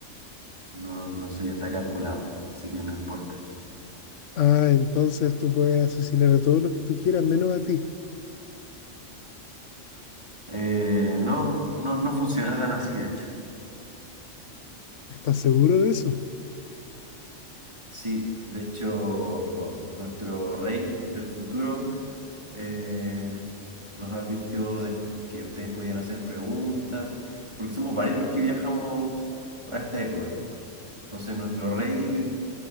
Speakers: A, on the right; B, on the left.
A: No, no, eso ya está calculado, así que no importa.
B: Ah, entonces tú puedes asesinar a todos los que tú quieras, menos a ti.
A: Eh, no, no, no funciona tan así, de hecho.
B: ¿Estás seguro de eso?
A: Sí, de hecho, nuestro rey del futuro eh, nos advirtió de esto, que ustedes podían hacer preguntas, porque somos varios los que viajamos a esta época. Entonces, nuestro rey